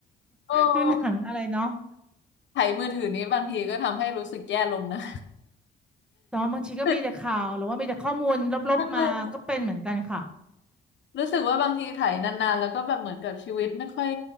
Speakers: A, on the left; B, in the centre.
A: โอ้
B: <laughs> ดูหนังอะไรเนาะ
A: ไถมือถือนี้บางทีก็ทำให้รู้สึกแย่ลงนะ
B: แต่ว่าบางทีก็มีแต่ข่าวหรือว่ามีแต่ข้อมูลลบๆมาก็เป็นเหมือนกันค่ะ
A: <laughs> ใช่รู้สึกว่าบางทีไถนานๆแล้วก็แบบเหมือนกับชีวิตไม่ค่อย